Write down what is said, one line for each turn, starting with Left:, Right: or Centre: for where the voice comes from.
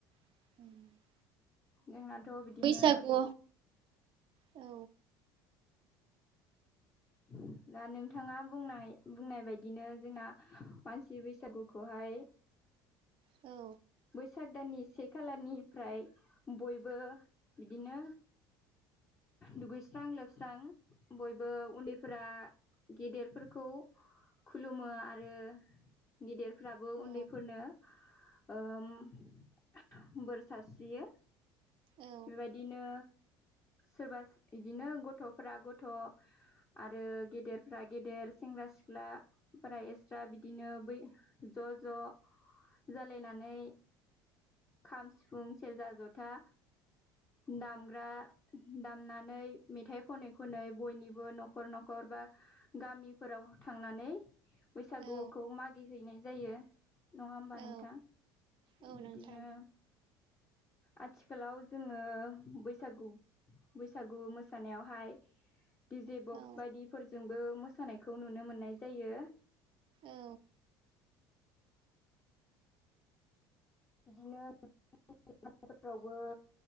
Right: <unintelligible>
Left: जोंनाथ' बिदिनो
Right: बैसागु औ
Left: <inaudible> दा नोंथाङा बुंनाय बुंनाय बदिनो जोंना मानसि बैसागुखौहाय
Right: औ
Left: साग दाननि से खालनिफ्राय बयबो बिदिनो दुगैस्रां लोबस्रां बयबो उन्दैफोरा गेदेरफोरखौ खुलुमो आरो गेदिर फोराबो
Right: औ
Left: उन्दैफोरनो ओम बोर सारस्रियो
Right: औ
Left: बेबायदिनो। सोरबा बिदिनो गथ'फ्रा गथ' आरो गेदेरफ्रा गेदेर सेंग्रा सेंग्रा सिख्लाफोरा एक्सट्रा बिदिनो बै ज' ज' जालायनानै खाम सिफुं सेरजा जथा दामग्रा दामनानै मेथाइ खनै खनै बयनिबो न'खर न'खर बा गामिफोराव थांनानै बैसागुखौ
Right: औ
Left: मागि हैैनाय जायो नङा होमबा
Right: औ
Left: नोंथां
Right: औ
Left: बिदिनो
Right: नोंथां
Left: आथिखालाव जोङो बैसागु बैसागु मोसानायावहाय डिजे बक्स
Right: औ
Left: बायदिफोरजोंबो मोसानायखौ नुनो मोननाय जायो
Right: औ।
Left: बिदिनो <inaudible> फोरावबो